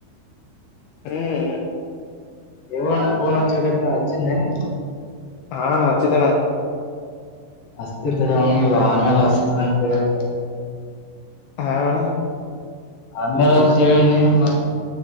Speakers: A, on the left; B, on the left.
A: ಹ್ಮ್,
B: ದೇವು ಅಣ್ಣ ಪೋನ ಅಚಕತನ ಅಚಿದ್ನೇನ ನಿನಗೆ.
A: ಹಾ, ಅಣ್ಣಹಚ್ಚಿದನೆ.
B: ಅಸ್ತಿ ತಡೆ ಅವನುಇಲ್ಲ ಆಮೇಲೆ ಹಸ್ತಿನಂತೇಹೇಳ,
A: ಹಾ, ಅಣ್ಣಾ,
B: ಆಮೇಲೆ ಅಂತಂತೇಳಿನಿ ಮತ್ತ